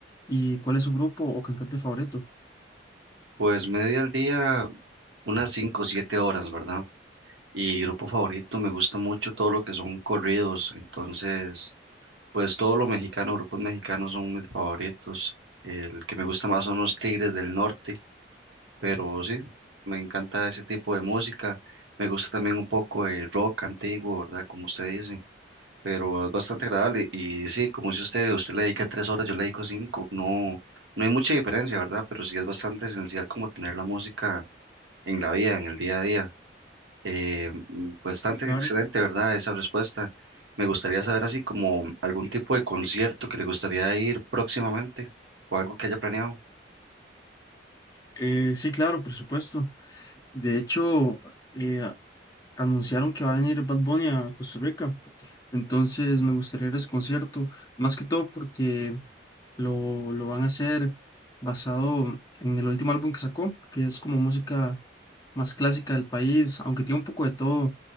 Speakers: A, on the left (about 20°); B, on the right (about 75°).
A: ¿Y cuál es su grupo o cantante favorito?
B: Pues media al día, unas 5 o 7 horas, ¿verdad? Y grupo favorito, me gusta mucho todo lo que son corridos, entonces, pues todo lo mexicano, grupos mexicanos son mis favoritos. El que me gusta más son los Tigres del Norte, pero sí, me encanta ese tipo de música. Me gusta también un poco el rock antiguo, ¿verdad? Como usted dice, pero es bastante agradable. Y sí, como dice usted, usted le dedica 3 horas, yo le dedico 5. no, no hay mucha diferencia, ¿verdad? Pero sí es bastante esencial como tener la música en la vida, en el día a día. Eh, mm, bastante
A: Claro,
B: excelente, ¿verdad? Esa respuesta. Me gustaría saber así como algún tipo de concierto que le gustaría ir próximamente o algo que haya planeado.
A: eh, sí, claro, por supuesto. De hecho, eh, anunciaron que va a venir Bad Bunny a Costa Rica. Entonces me gustaría ir a ese concierto, más que todo porque lo, lo van a hacer basado en el último álbum que sacó, que es como música más clásica del país, aunque tiene un poco de todo.